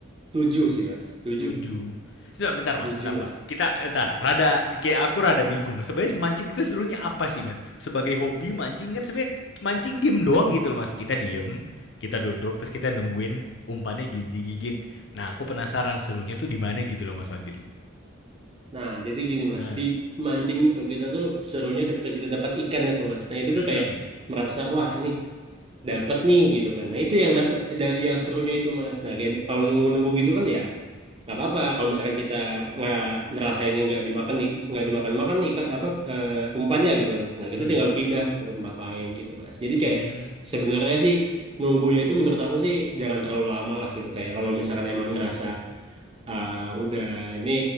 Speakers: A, on the right (about 25°); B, on the left (about 60°).
A: tujuh sih Mas, tujuh,
B: Tujuh. Sebentar, bentar mas,
A: tujuh
B: bentar
A: lah.
B: mas. Kita, bentar, rada, kayak aku rada bingung. Sebenarnya mancing itu serunya apa sih mas? Sebagai hobi mancing kan sebenarnya mancing diem doang gitu loh mas. Kita diem, kita duduk, terus kita nungguin umpannya digigit. Nah aku penasaran serunya tuh di mana gitu loh mas Fadil.
A: Nah, jadi gini Mas,
B: Nah,
A: di mancing itu kita tuh serunya ketika kita dapat ikannya tuh Mas. Nah, itu
B: mm-mm,
A: tuh kayak merasa wah ini dapat nih gitu kan. Nah, itu yang dapat ada- yang serunya itu Mas. Nah, kayak bi- kalau nunggu-nunggu gitu kan ya nggak apa-apa. Kalau misalkan kita nggak ngerasa ini nggak dimakan di- di- nggak dimakan makan nih ikan apa eh, umpannya gitu kan. Nah, kita
B: mm,
A: tinggal pindah tuh ke tempat lain gitu Mas. Jadi
B: mm.
A: kayak sebenarnya sih nunggunya itu menurut aku sih jangan terlalu lama lah gitu kayak kalau misalkan emang ngerasa ah, udah ini